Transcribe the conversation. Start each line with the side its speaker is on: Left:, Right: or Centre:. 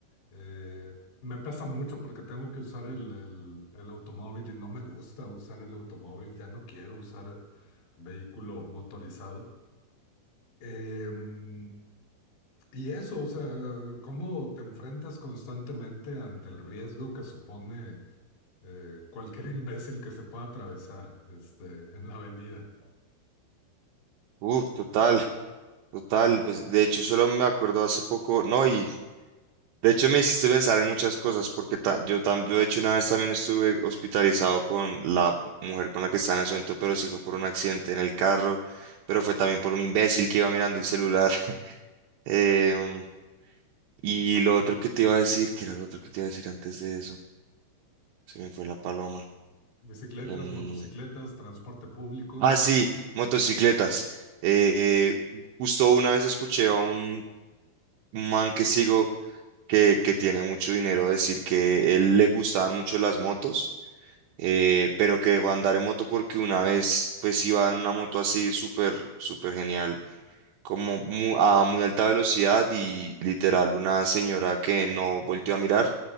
Left: Eh, me pesa mucho porque tengo que usar el, el, el automóvil y no me gusta usar el automóvil, ya no quiero usar vehículo motorizado. Em, y eso, o sea, cómo te enfrentas constantemente ante el riesgo que supone eh, cualquier <laughs> imbécil que se pueda atravesar este, en la avenida.
Right: Uf, total, total. Pues de hecho solo me acuerdo hace poco, no, y De hecho, me hiciste pensar en muchas cosas, porque ta- yo, tam- yo de hecho una vez también estuve hospitalizado con la mujer con la que estaba en ese momento, pero sí fue por un accidente en el carro, pero fue también por un imbécil que iba mirando el celular. <laughs> Em, y lo otro que te iba a decir, que era lo otro que te iba a decir antes de eso? Se me fue la paloma.
Left: Bicicletas,
Right: Em,
Left: motocicletas, transporte público.
Right: ah, sí, motocicletas. Eh, eh, justo una vez escuché a un man que sigo que, que tiene mucho dinero decir que él le gustaban mucho las motos eh, pero que dejó de andar en moto porque una vez pues iba en una moto así súper, súper genial, como mu- a muy alta velocidad y literal una señora que no volteó a mirar